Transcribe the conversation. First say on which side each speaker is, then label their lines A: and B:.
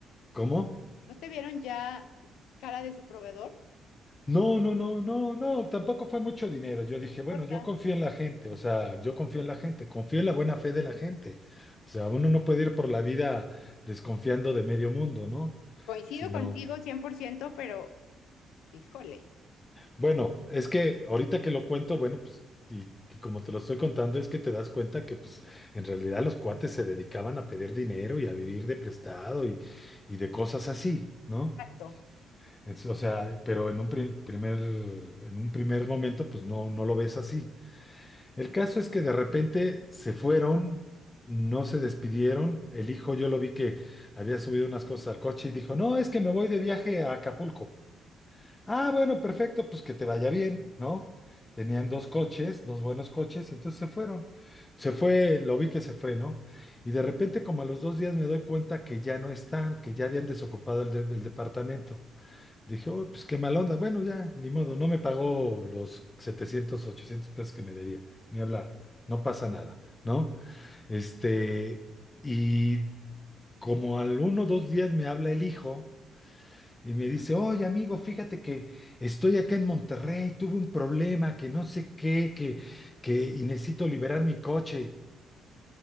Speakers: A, on the left; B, on the left.
A: ¿cómo?
B: ¿No te vieron ya cara de su proveedor?
A: No, no, no, no, no, tampoco fue mucho dinero. Yo dije, bueno,
B: Porque
A: yo confío en la gente, o sea, yo confío en la gente, confío en la buena fe de la gente. O sea, uno no puede ir por la vida desconfiando de medio mundo, ¿no?
B: Coincido
A: Sino,
B: contigo 100%, pero híjole,
A: Bueno, es que ahorita que lo cuento, bueno, pues, y, y como te lo estoy contando, es que te das cuenta que, pues, en realidad los cuates se dedicaban a pedir dinero y a vivir de prestado y, y de cosas así, ¿no?
B: exacto.
A: Es- o sea, pero en un pri- primer, en un primer momento, pues, no, no lo ves así. El caso es que de repente se fueron, no se despidieron. El hijo, yo lo vi que había subido unas cosas al coche y dijo, no, es que me voy de viaje a Acapulco. Ah, bueno, perfecto, pues que te vaya bien, ¿no? Tenían dos coches, dos buenos coches, y entonces se fueron. Se fue, lo vi que se fue, ¿no? Y de repente, como a los dos días, me doy cuenta que ya no están, que ya habían desocupado el, de- el departamento. Dije, oh, pues qué mal onda. Bueno, ya, ni modo, no me pagó los 700, 800 pesos que me debía, ni hablar, no pasa nada, ¿no? Este, y como al uno o dos días me habla el hijo. Y me dice, oye amigo, fíjate que estoy acá en Monterrey, tuve un problema, que no sé qué, que, que y necesito liberar mi coche.